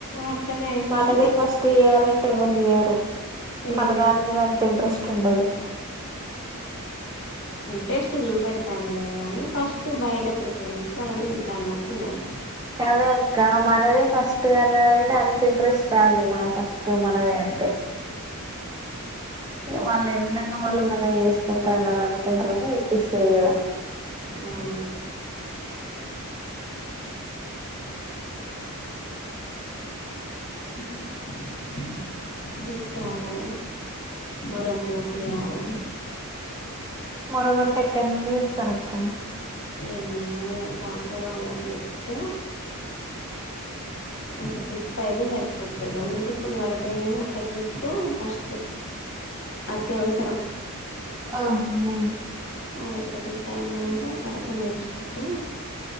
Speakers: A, on the left (about 60°); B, on the right (about 15°).
A: అట్లనే అయితాంది
B: మనదే ఫస్ట్ ఇయ్యాలన్ ఎవ్వలియరు
A: చేయలేదు
B: మన దాని మీద అంత ఇంట్రెస్ట్ ఉండది
A: టేస్ట్ చూపెడతాను లే గాని ఫస్ట్ బయట ప్రిఫరెన్స్ తర్వాద ఇంట్లో అన్నట్టు ఉండదు
B: అదే ఇక్క మనదే ఫస్ట్ అనేదింటే అంత ఇంట్రెస్ట్ రాదు మన ఫస్ట్ మనదే అంటే వాళ్ళు ఎండంగా మళ్ళ ఏమన్నా వేసుకుంటానరు అనుకుంటరేయ్ కదా
A: అవును <inaudible> పెట్టాలే వరమ్ బోపియాలె
B: మొరగుంటెక్కడి నుండి తెస్తరక్క
A: ఏమ్మా డాక్టర్ వాళ్ళకి చెప్తే ఒక ట్రిప్ అయితే సరిపోతుంది రెండు ట్రిప్పులు పడతాయి గాని ఒక ట్రిప్పు ఫస్ట్ అత్యవసరం
B: ఆమ్మో
A: అదొక ట్రిప్ అయిందంట తర్వాత నెక్స్ట్